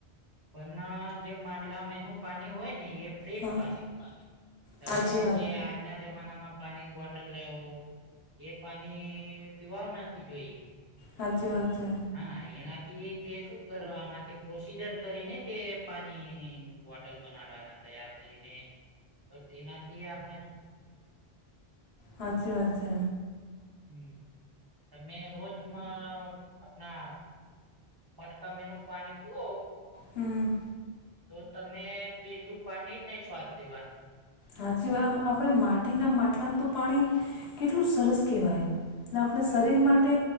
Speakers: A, on the right; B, on the left.
A: વરના જે માટલામાં એનું પાણી હોય ને એ ફ્રેશ
B: હા
A: પાન તમે
B: સાચી વાત.
A: જે આજના જમાનામાં પાણીની બોટલ લેઓ એ પાની પીવાવ નથી જોઈએ.
B: હાચી વાત છે.
A: હા એનાથી તે શું કરવાના પ્રોસીજર કરીને તે પાની બોટલ બનાવવાના તૈયાર કરીને, તો તેનાથી આપ
B: હાચી વાત છે.
A: હમ્મ. તમને રોજમાં આપના મટકા મેનુ પાની પીઓ.
B: હમ.
A: તો તમને બીજું પાણી જ નહીં સ્વાદ દેવાનું.
B: હાચી વાત આમ આપણે માટીના માટલાનું તો પાણી કેટલું સરસ કહેવાય. ને આપણે શરીર
A: હમ
B: માટે